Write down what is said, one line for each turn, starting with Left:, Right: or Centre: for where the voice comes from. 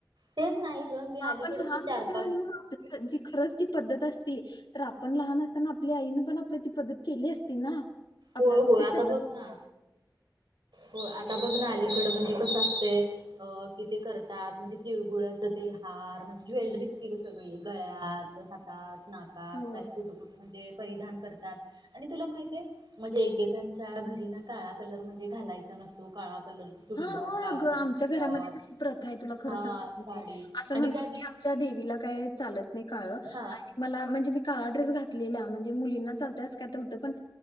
Right: तेच नाही ग मी
Left: आपण
Right: अलीकडेच
Left: लहान
Right: हे चार
Left: होत त्यावेळेस
Right: पाच
Left: मग आप जी खरंच ती पद्धत असती तर आपण लहान असताना आपल्या आईन पण आपली ती पद्धत केली असती ना. आपल्या
Right: हो
Left: बाबतीत
Right: होय आता
Left: तर
Right: बघ ना हो आता बघ ना अलीकडं म्हणजे कसं असतय अ कि ते करतात म्हणजे तिळगुळच ते हार म्हणजे ज्वेलरी सगळी गळ्यात हातात नाकात
Left: हो
Right: का कुठं कुठं परिधान करतात आणि तुला माहित आहेय म्हणजे एकेकांच्या घरी ना काळा कलर म्हणजे घालायचा नसतो काळा कलरचा चुडीदार
Left: हा हो
Right: काळा
Left: अग
Right: कलरचा
Left: आमच्या घरामध्ये
Right: टॉप
Left: तशी प्रथा आहे. तुला खरं
Right: हा
Left: सांगायच
Right: साडी
Left: म्हणजे असं
Right: आणि
Left: म्हणतात
Right: त्या दिवशी
Left: की आमच्या देवीला काय चालत नाही का ळ
Right: हा
Left: आणि मला म्हणजे मी काळा ड्रेस घातलेला. म्हणजे मुलींना चालतय असं कायतर होत. पण